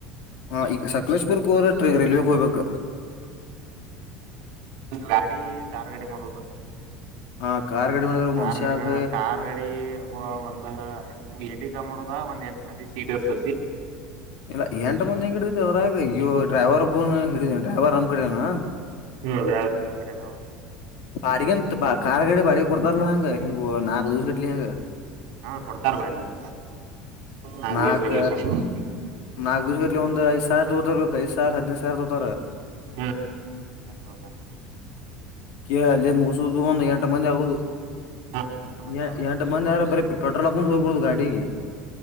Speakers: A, on the left; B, on the right.
A: ಹಾ ಈಗ ಸಕಲೇಶ್ಪುರ್ ಹೋದ್ರೆ ಟ್ರ ರೈಲಿಗೆ ಹೋಗ್ಬೇಕ.
B: ಗಾಡಿ ಕಾರ್ ಗಡಿ ಮಾಡುವುದು
A: ಹಾ ಕಾರ್ ಗಾಡಿ ಮಾಡಿದ್ರ
B: ಕಾರ್
A: ಮನುಷ್ಯಾಗ
B: ಗಡಿ ಹಾ ಕಾರ್ ಗಡಿ. ವಓ ಒಂದ ಎ ಟಿ ಕ ಮಾಡುದ ಒಂದ್ ಎಂಟ್ ಮಂದಿ ಸೀಟರ್ಸ
A: ಇಲ್ಲ ಎಂಟ್ ಮಂದಿ ಹೆಂಗ್ ಹಿಡಿತೈತಿ ಅದ್ರಾಗ ಊ ಡ್ರೈವರ್ ಒಬನು ಹಿಡಿದನಿ ಡ್ರೈವರ್ ನಮ್ ಕಡಿದನ.
B: ಹ್ಮ್ ಡ್ರೈವರ್ ನಮ್ಮ್ ಕಡೆದಾವ.
A: ಬಾಡಿಗೇಂತ ಬ ಕಾರ್ ಗಾಡೆ ಬಾಡಿಗೆ ಕೊಡ್ತಾರಲ್ಲಾ ಹಂಗ ಹಿಂಗ್ ನಾಕ್ ಇರಿಡ್ಲಿ ಹಂಗ.
B: ಹಾ ಕೊಡ್ತಾರ ಬಾಡಿಗಿ ನಾಕ್
A: ನಾಕ
B: ದಿವ್ಸ ಗಟ್ಲೆ ಕೊಡ್ತಾರ
A: ನಾಗಕ್ ದೀದಲ್ಲಿ ಒಂದು ಐದ ಸಾವಿರ ತಗೊತಿರ್ಬೇಕು ಐದ ಸಾವರ ಹದಿನೈದು ಸಾವಿರ ತೋತಾರೆ.
B: ಹ್ಮ ತೋತರ.
A: ಕೆ ಅಲ್ಲೇ ಮುಗಸುದು ಒಂದು ಎಂಟು ಮಂದಿ ಆಗುದು.
B: ಹಾ ಎಂಟು ಮಂದಿ
A: ಎ
B: ಆಗ್ಬೇಕ
A: ಎಂಟ ಮಂದಿ ಅದ್ರೆ ಬರೀ ಪೆಟ್ರೋಲ್ ಹಾಕೊಂಡು ಹೋಗ್ಬಿಡುದು ಗಾಡಿಗೆ.